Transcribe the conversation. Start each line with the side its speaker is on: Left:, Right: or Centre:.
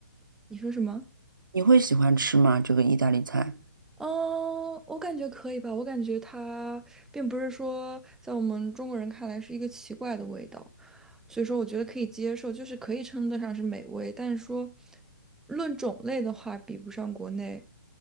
Centre: 你说什么？
Right: 你会喜欢吃吗？这个意大利菜？
Centre: 嗯，我感觉可以吧。我感觉它并不是说在我们中国人看来是一个奇怪的味道，所以说我觉得可以接受，就是可以称得上是美味。但是说论种类的话，比不上国内。